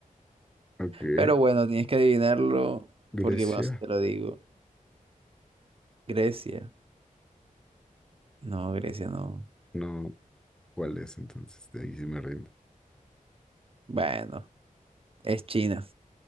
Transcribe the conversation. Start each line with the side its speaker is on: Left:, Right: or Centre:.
Centre: ok.
Right: Pero bueno, tienes que adivinarlo
Centre: Grecia.
Right: porque, bueno, si te lo digo. Grecia. No, Grecia no.
Centre: No, ¿cuál es entonces? De ahí sí me rindo.
Right: Bueno, es China.